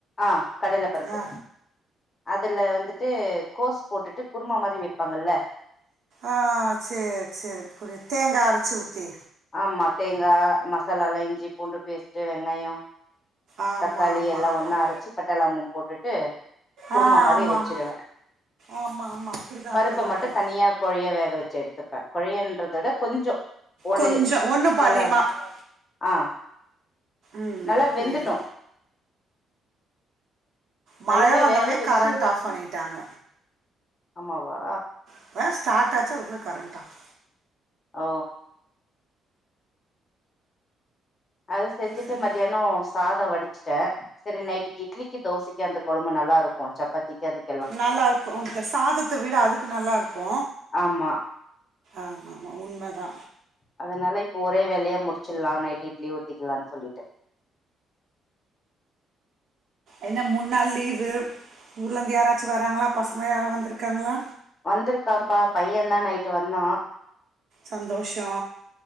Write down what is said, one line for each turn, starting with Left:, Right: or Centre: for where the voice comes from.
Left: ஆ கடல பருப்பு
Right: ஆ
Left: அதுல வந்துட்டு கோஸ் போட்டுட்டு குருமா மாரி வைப்பாங்கல்ல
Right: ஆ சேர் சேரி புரியது தேங்கா அரச்சி ஊத்தி
Left: ஆமா தேங்கா மசாலா எல்லா இஞ்சி பூண்டு பேஸ்ட்டு வெங்காயோ
Right: ஆமாம்
Left: தக்காளி
Right: ஆமாம்
Left: எல்லா
Right: ஆமாம்
Left: ஒன்னா அரைச்சி பட்டலவங்கம் போட்டுட்டு குருமா
Right: ஆ
Left: மாரி
Right: ஆமாம்
Left: வச்சிருவ
Right: ஆமாம் ஆமாம் ஆமாம் அப்படி தான்
Left: பருப்ப
Right: அப்படி தான்
Left: மட்டு
Right: அப்படி
Left: தனியா கொழய வேக வச்சி எடுத்துப்ப கொழியன்றத விட கொஞ்சோ ஓடய
Right: கொஞ்சம் ஒன்று பாதியமாக
Left: நல்லா வ ஆ
Right: ம்
Left: நல்லா
Right: புரியுது
Left: வெந்துடு
Right: மழ
Left: நல்லாவே
Right: வந்தோடனே
Left: வேக வச்சு
Right: கரண்ட் ஆஃப் பண்ணிட்டாங்க
Left: ஆமா வா
Right: இப்ப தா ஸ்டார்ட் ஆச்சி அதுக்குள்ள கரண்ட் ஆஃப்
Left: ஓ அது செஞ்சிட்டு
Right: சரி
Left: மத்தியானோ சாதம் வடிச்சிட்ட சரி நைட்டுக்கி இட்லிக் தோசைக்கு அந்த கொழம்பு நல்லா இருக்கு சப்பாத்திக்கு அதுக்
Right: நல்லா இருக்கு இந்த சாதத்த வீட அதுக்கு நல்லா இருக்கு
Left: ஆமா
Right: ஆமா ஆமா உண்ம தா
Left: அதனால இப்போ ஒரே வேலையா முடிச்சில்லா நைட் இட்லி ஊத்திக்கிலான் சொல்லிட்டு
Right: என்ன மூன் நாள் லீவு ஊர்லேருந்து யாராச்சு வராங்களா பசங்களா யாரா வந்துருக்காங்ளா
Left: வந்திருக்காப்பா பையதா நைட்டு வந்தா
Right: சந்தோஷோ